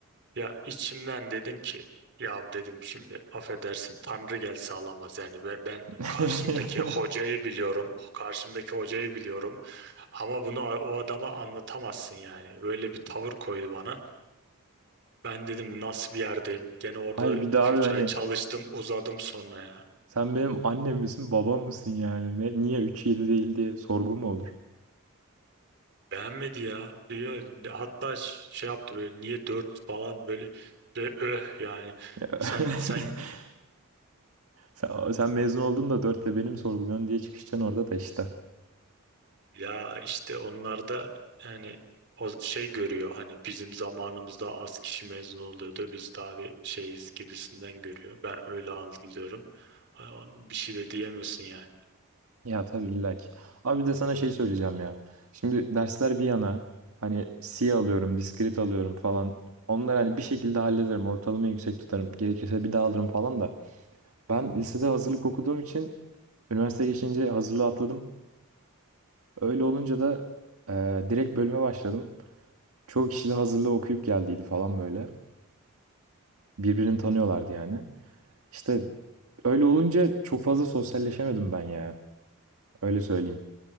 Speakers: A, on the right; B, on the right.
A: ya içimden dedim ki ya dedim şimdi affedersin Tanrı gelse alamaz yani ve ben
B: <laughs>
A: karşımdaki hocayı biliyorum karşımdaki hocayı biliyorum ama bunu a- o adama anlatamazsın yani böyle bir tavır koydu bana ben dedim nasıl bir yerdeyim? Gene orada
B: Hayır bir
A: iki
B: daha abi
A: üç
B: hani
A: ay çalıştım uzadım sonra ya.
B: sen benim annem misin babam mısın yani? Ne, niye üç yedi değil diye sorgu mu olur?
A: Beğenmedi ya. Diyor, hatta ş- şey yaptı böyle niye 4 falan böyle ve öh yani.
B: <laughs>
A: Sen sen
B: Sen, sen mezun oldun da dörtle benim sorguluyorsun diye çıkışacaksın orada da işte.
A: ya işte onlar da yani o şey görüyor hani bizim zamanımızda az kişi mezun oluyordu. Biz daha bir şeyiz gibisinden görüyor. Ben öyle algılıyorum. Ay, on- Bir şey de diyemiyorsun yani.
B: Ya tabii illa ki. Abi bir de sana şey söyleyeceğim ya. Şimdi dersler bir yana hani C alıyorum, diskrit alıyorum falan. Onları hani bir şekilde hallederim. Ortalamayı yüksek tutarım. Gerekirse bir daha alırım falan da. Ben lisede hazırlık okuduğum için üniversiteye geçince hazırlığı atladım. Öyle olunca da e, direkt bölüme başladım. Çoğu kişi de hazırlığı okuyup geldiydi falan böyle. Birbirini tanıyorlardı yani. İşte öyle olunca çok fazla sosyalleşemedim ben ya. Öyle söyleyeyim.